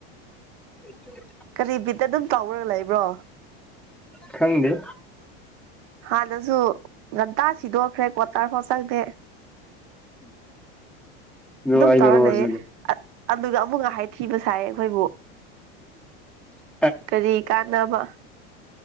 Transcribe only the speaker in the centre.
ꯑꯗꯨ <unintelligible>
ꯈꯪꯗꯤ
ꯑꯗꯨꯣ
ꯑꯅꯔꯣ
ꯍꯧꯖꯤꯛ
ꯑꯗꯨ
ꯎꯝ